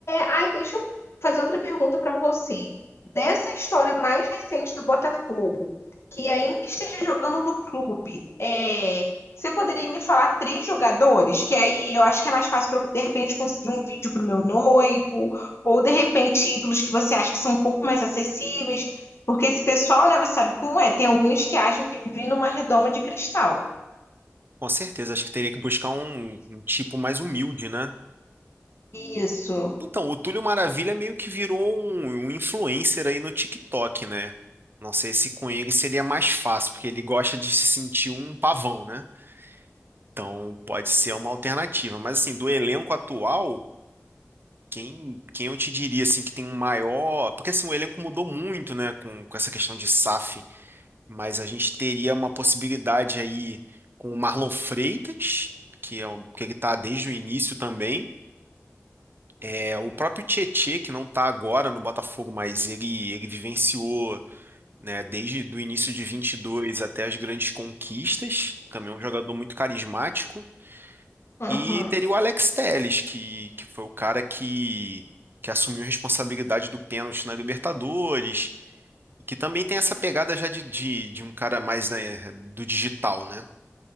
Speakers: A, on the left; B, on the right.
A: ai, deixa eu fazer outra pergunta para você. Dessa história mais recente do Botafogo, que ainda esteja jogando no clube, é, você poderia me falar três jogadores? Que aí eu acho que é mais fácil para eu, de repente, conseguir um vídeo para o meu noivo, ou de repente ídolos que você acha que são um pouco mais acessíveis, porque esse pessoal, né, você sabe como é, tem alguns que acham que vivem numa redoma de cristal.
B: Com certeza, acho que teria que buscar um, um tipo mais humilde, né?
A: Isso.
B: Então, o Túlio Maravilha meio que virou um, um influencer aí no TikTok, né? Não sei se com ele seria mais fácil, porque ele gosta de se sentir um pavão, né? Então, pode ser uma alternativa. Mas, assim, do elenco atual, quem, quem eu te diria, assim, que tem um maior... Porque, assim, o elenco mudou muito, né? Com, com essa questão de SAF. Mas a gente teria uma possibilidade aí com o Marlon Freitas, que é um, que ele tá desde o início também. É, o próprio Tietê, que não está agora no Botafogo, mas ele, ele vivenciou, né, desde do início de 22 até as grandes conquistas, também é um jogador muito carismático.
A: Aham,
B: E teria o Alex Telles, que, que foi o cara que, que assumiu a responsabilidade do pênalti na Libertadores, que também tem essa pegada já de, de, de um cara mais, né, do digital, né?